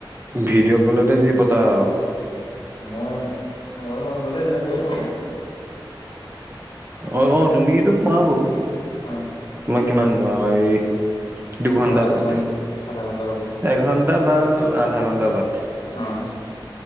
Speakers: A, on the right (about 25°); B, on the left (about 70°).
A: ভিডিঅ কলতে যি পতা আৰু
B: মই মই মন গলে আহিব পাৰো ইয়াতে,
A: অ অ তুমি তো পোৱা বাৰু
B: অ,
A: তোমই কিমান ন এই, দুঘন্টা
B: মোৰ আধা
A: বাট
B: ঘণ্টা আধা ঘণ্টা লাগে
A: এঘন্টা বা আধা ঘন্টা বাট,
B: অ,